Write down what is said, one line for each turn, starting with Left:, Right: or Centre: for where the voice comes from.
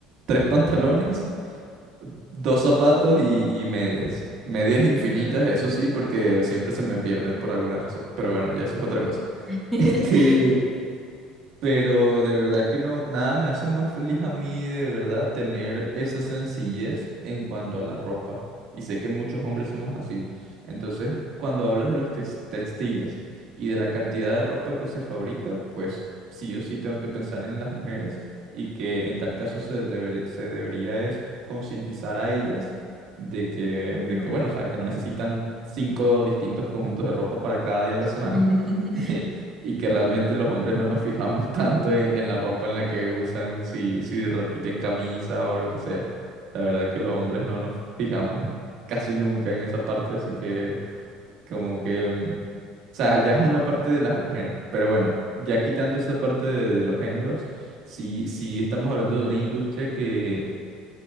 Right: tres pantalones, dos zapatos y, y medias. Medias infinitas,
Centre: Ujú.
Right: eso sí, porque siempre se me pierden por alguna razón. Pero bueno, ya eso es otra cosa. <laughs>
Centre: <laughs>
Right: Este, pero de verdad que no, nada me hace más feliz a mí de verdad tener esa sencillez en cuanto a la ropa. Y sé que muchos hombres somos así. Entonces, cuando hablas de los tex- textiles y de la cantidad de ropa que se fabrica, pues sí o sí tengo que pensar en las mujeres y que en tal caso se deberí- se debería es concientizar a ellas de que,
Centre: Ujú.
Right: de que, bueno, o sea, que no necesitan cinco distintos conjuntos de ropa para cada día de la semana.
Centre: <laughs>
Right: <laughs> y que realmente los hombres no nos fijamos <laughs> tanto en, en la ropa en la que usan, si, si repiten camisa o lo que sea. La verdad que los hombres no nos fijamos casi nunca en esa parte, así que como que, mm, o sea, ya es una parte de las mujeres. Pero bueno, ya quitando esa parte de, de los géneros, sí, sí estamos hablando de una industria que,